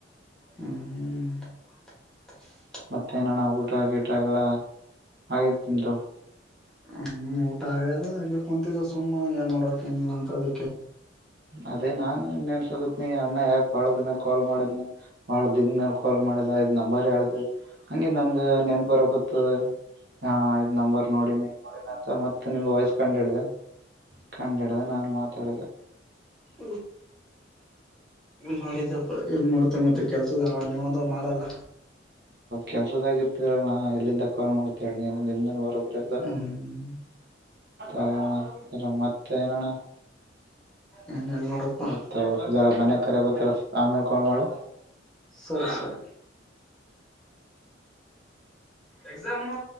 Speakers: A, in the centre; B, on the right.
A: ಹ್ಮ್ <unintelligible>
B: ಮತ್ತೇನಣ್ಣ ಊಟ ಗೀಟ ಎಲ್ಲಾ ಆಗಿತ್ ನಿಮ್ದು
A: ಹ್ಮ್ ಊಟ ಆ್ಯದ ಹ ಕುಂತಿದ್ದ ಸುಮ್ಮ್ ಏನ್ ನೋಡ್ಬೇಕಕ್ ನ್ಲ್ಲ ಅಂತದ
B: ಅದೇ ನಾನನ್ ನೆನ್ಸಗತ್ನಿ ಅಣ್ಣ ಯಾಕ ಬಾಳ್ದಿನ ಕಾಲ್ ಮಾಡಿದ್ನ ಬಾಳ ದನ್ಲ್ ಕಾಲ್ ಮಾಡಿದ್ ನಂಬರ್ ಹೇಳ್ದ ಹಗೆ ನನ್ಗ ನೆನ್ ಬರಕೊತ್ತ ಹಾ ಇದ್ ನಂಬರ್ ನೋಡಿನಿ ನೋಡಿನ ಅಂತ ಮತ್ತತ್ ನಿಮ್ ವಯಸ್ ಕಂಡ್ಿಡ್ದ ಕಂಡ್ಡದ ನಾನ್ ಮಾತಾಡಿದೆ
A: ಹ ಮಾಡಿದಪ್ಪ ಏನ್ ಮಾಡ್ತೇ ಮತ್ತೆ ಕೆಲ್ಸದ ನೀವ ಅ ಮಾಡಲ್ಲ
B: ಕೆಲ್ಸದಾಗಿ ಇರ್ತಲ್ಲಾ ನಾ ಎಲ್ಲಿಂದ ಕಾಲ್ ಮಾಡ್ದನ ಇ ನಿಂದನ್ ಬರೋಬ್ರಿಂದ
A: ಹ್ಮ್
B: ಆಯ್ತ್ಗಣ ಸ ಮತ್ತೆ ಏನಣ್ಣ
A: ಏನ ಎಲ್ಲ ನೋಡಪ್ಪಾ
B: ಆಯ್ತ ಜರ ಮನ್ಯಾಗ ಕರೆಗತ್ತಾರ ಆಮೇಲೆ ಕಾಲ್ ಮಾಡು
A: ಸರಿ ಸರಿ ಎಕ್ಸಾಮ್